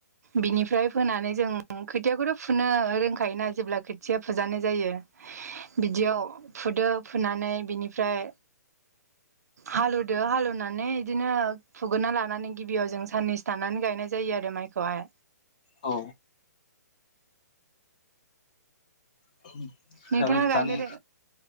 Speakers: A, on the right; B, on the left.
A: बिनिफ्राय फोनानै जों खोथियाखौथ' फुनो रोंखायोना जेब्ला खोथिया फुजानाय जायो। बिदियाव फुदो फुनानै बिनिफ्राय हालौवदो हाल एवनानै इदिनो फुग्रोना लानानै गिबियाव जों साननैसो थानानै गायनाय जायो आरो माइखौहाय
B: औ <inaudible>
A: नोंथांङा गायनो
B: दानि
A: रो